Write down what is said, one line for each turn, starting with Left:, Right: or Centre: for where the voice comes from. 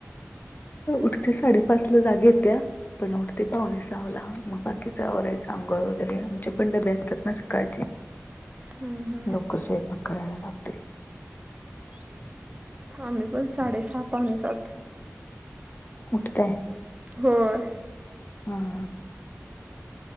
Left: उठते साडेपाच ला जाग‌ येत्या पण उठते पावणे सहाला. मग बाकीच अवरायच आंघोळ वगैरे, आमचे पण डबे असतात ना सकाळचे.
Right: हम्म हम्म
Left: लवकर स्वयपाक करायला लागते.
Right: <unintelligible> साडे सहा पाहुणेचात.
Left: उठतय.
Right: होयं.
Left: हा हा.